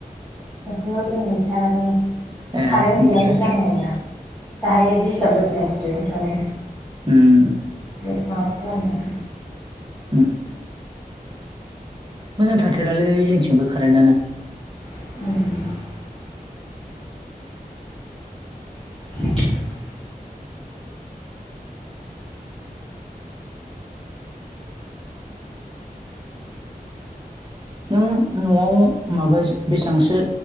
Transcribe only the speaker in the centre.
ओहो इनभारथाराबो।
कारेन्ट
गैयाबो जानो ना दाहाय डिस्टार्ब जासिगोन ष्टुडेण्टफ्राबो।
बि माबा खालामनो
<unintelligible> <inaudible>